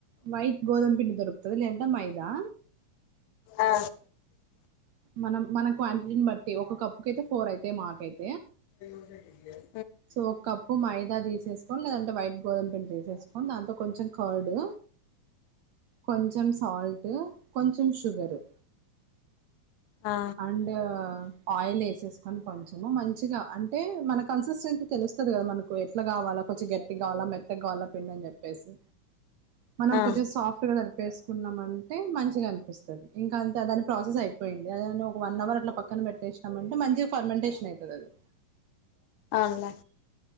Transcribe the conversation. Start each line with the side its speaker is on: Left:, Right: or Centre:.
Right: వైట్ గోధుమ్ పిల్ దొరుకుతది లేదంటే మైదా
Left: ఆ
Right: మనం మన క్వాంటిటీని బట్టి ఒక కప్పుకి అయితే ఫోర్ అయితే మాకైతే
Left: నువ్వే ఈయాలి
Right: సో ఒక కప్పు మైదా తీసేసుకొని లేదంటే వైట్ గోధుమ పిండి చేసేసుకని దాంతో కొంచెం కార్డు కొంచం సాల్ట్ ఊ కొంచం షుగరు
Left: ఆ
Right: అండ్ ఆయిల్ వేసేసుకొని కొంచము మంచిగా అంటే మన కన్సిస్టెన్సీ తెలుస్తది కదా మనకు ఎట్లా కావాలా కొంచెం గట్టి కావాలా మెత్త కావాలా పిండి అని చెప్పేసి మనం
Left: ఆ
Right: కొంచెం సాఫ్ట్ గా తడిపేస్ కున్నమంటే మంచిగా అనిపిస్తది ఇంకా అంత దాని ప్రాసెస్ అయిపోయింది ఇగ అదాన్ని ఒక వన్ అవర్ అట్లా పక్కన పెట్టేసినామంటే మంచిగా ఫర్మెంటేషన్ ఐతది అది
Left: అండ్ల